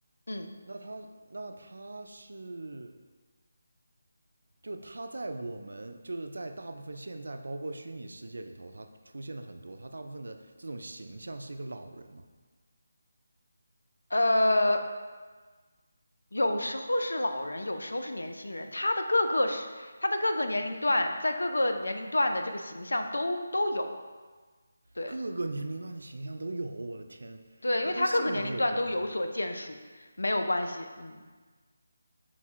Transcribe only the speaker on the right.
那他那他是就他在我们就是在大部分现在包括虚拟世界里头，他出现了很多，他大部分的这种形象是一个老人嘛，
各个年龄段的形象都有。我的天，
他跟信仰有关吗？